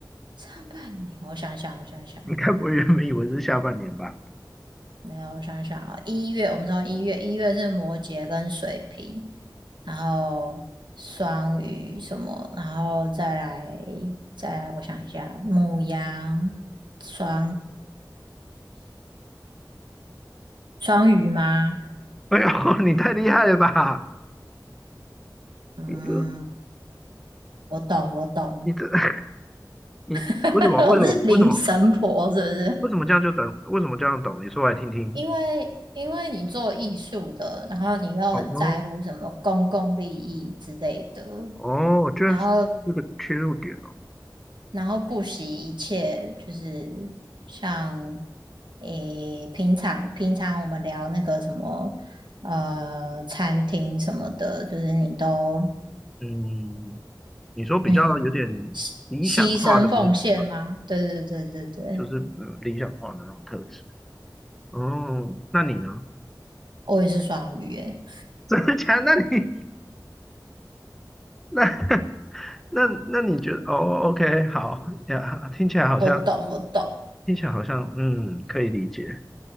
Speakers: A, on the right; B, in the centre.
A: 上半年，我想想，我想想，
B: 你该不会原本以为是下半年吧？
A: 没有，我想想啊，一月我们从一月，一月是摩羯跟水瓶，然后双鱼什么，然后再来再来我想一下，牧羊双双鱼吗？
B: <laughs> 哎呦，你太厉害了吧！
A: 嗯，
B: 你这、
A: 我懂，我懂，
B: 你这、<laughs> 你为什么、
A: <laughs> 我是灵神婆，
B: 为什么、为什么、
A: 是不是？
B: 为什么这样就懂？为什么这样懂？你说来听听。
A: 因为因为你做艺术的，然后你又很在乎什么公共利益之类的，
B: 哦哦，居然是这个切入点哦。
A: 然后然后不惜一切，就是像诶平常平常我们聊那个什么呃餐厅什么的，就是你都
B: 嗯，你说比较有点
A: 嗯牺牺牲奉献吗？
B: 理想化的那种，
A: 对对对对对，
B: 就是嗯理想化的那种特质。哦，那你呢？
A: 我也是双鱼耶，
B: <laughs> 真么假的那你那 <laughs> 那那你觉得？哦，OK，好呀，听起来好像
A: 我懂我懂，
B: 听起来好像嗯可以理解。